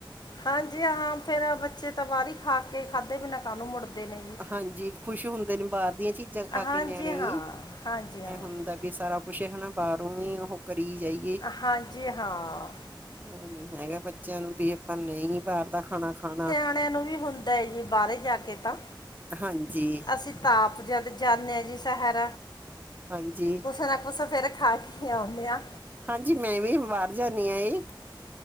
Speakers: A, on the left; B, on the right.
A: ਹਾਂਜੀ ਹਾਂ ਫੇਰ ਬੱਚੇ ਤਾਂ ਬਾਰੀ ਈ ਖਾ ਕੇ ਖਾਧੇ ਬਿਨਾਂ ਕਾਨੂੰ ਮੁੜਦੇ ਨੇ। ਜੀ
B: ਹਾਂਜੀ ਖੁਸ਼ ਹੁੰਦੇ ਨੇ ਬਾਰ ਦੀਆਂ ਚੀਜ਼ਾਂ ਖਾ
A: ਹਾਂਜੀ
B: ਕੇ ਨਿਆਣੇ
A: ਹਾਂ
B: ਈ
A: ਹਾਂਜੀ ਹਾਂ
B: ਐ ਹੁੰਦਾ ਵੀ ਸਾਰਾ ਕੁਛ ਹਨਾ ਬਾਰੋਂ ਵੀ ਉਹ ਕਰੀ ਜਾਈ
A: ਹਾਂਜੀ ਹਾਂ,
B: ਐ ਨੀ ਹੈਗਾ ਬੱਚਿਆਂ ਨੂੰ ਵੀ ਆਪਾਂ ਨਈ ਬਾਰ ਦਾ ਖਾਣਾ ਖਾਣਾ
A: ਣਿਆਂ ਨੂੰ ਵੀ ਹੁੰ ਦਾ ਏ ਜੀ ਬਾਰੇ ਜਾ ਕੇ ਤਾਂ,
B: ਹਾਂਜੀ,
A: ਅਸੀਂ ਤਾ ਆਪ ਜਦ ਜਾਨੇ ਆ ਜੀ ਸ਼ਹਿਰ
B: ਹਾਂਜੀ,
A: ਕੁਸ ਨਾ ਕੁਛ ਫੇ ਖਾ ਕੇ ਈ ਆਓਨੇ ਆ।
B: ਹਾਂਜੀ ਮੈਂ ਵੀ ਬਾਰ ਜਾਨੀ ਆ ਜੀ।